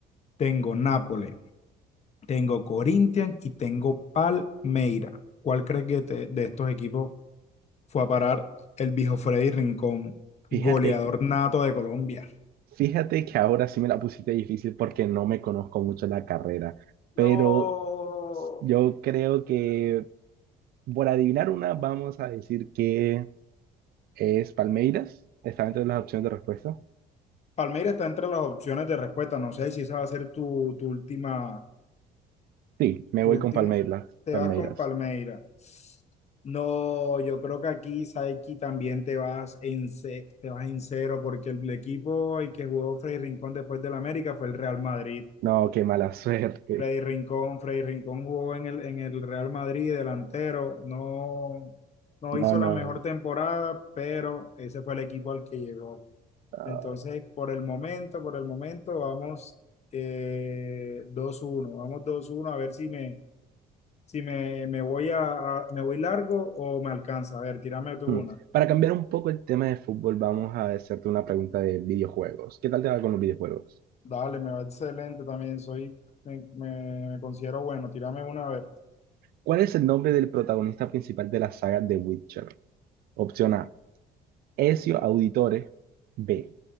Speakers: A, on the left; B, on the right.
A: tengo Nápoles, tengo Corinthians y tengo Palmeira. ¿Cuál crees que te- de estos equipos fue a parar el viejo Freddy Rincón, goleador
B: Fíjate,
A: nato de Colombia.
B: fíjate que ahora sí me la pusiste difícil porque no me conozco mucho la carrera, pero
A: No.
B: yo creo que por adivinar una vamos a decir que es Palmeiras. Está dentro de las opciones de respuesta.
A: Palmeiras está entre las opciones de respuesta. No sé si esa va a ser tu, tu última,
B: Sí, me
A: tu
B: voy
A: último.
B: con Palmeiras.
A: Te
B: Palmeiras.
A: vas con Palmeiras. No, yo creo que aquí, Saiki, también te vas en, ce- te vas en cero, porque el equipo el que jugó Freddy Rincón después del América fue el Real Madrid.
B: No, qué mala <laughs> suerte.
A: Freddy Rincón, Freddy Rincón jugó en el, en el Real Madrid, delantero, no, no
B: No,
A: hizo
B: no.
A: la mejor temporada, pero ese fue el equipo al que llegó.
B: no.
A: Entonces, por el momento, por el momento, vamos eh, 2-1, vamos dos uno a ver si me, si me, me voy a, a- me voy largo o me alcanza. A ver, tírame tú
B: Hmm.
A: una.
B: Para cambiar un poco el tema de fútbol, vamos a hacerte una pregunta de videojuegos. ¿Qué tal te va con los videojuegos?
A: Dale, me va excelente también, soy, me, me- me considero bueno, tírame una a ver.
B: ¿Cuál es el nombre del protagonista principal de la saga The Witcher? Opción A, Ezio Auditore. B,